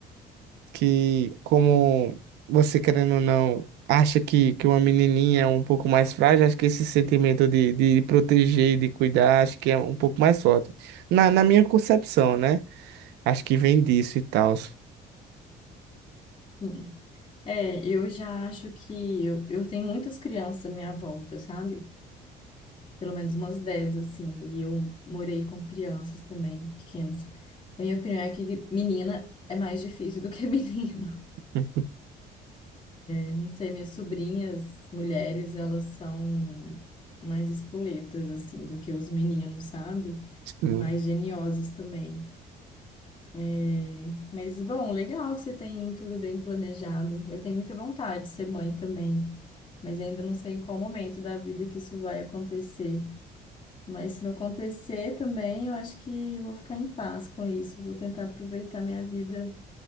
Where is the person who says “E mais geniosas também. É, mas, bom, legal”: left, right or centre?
Left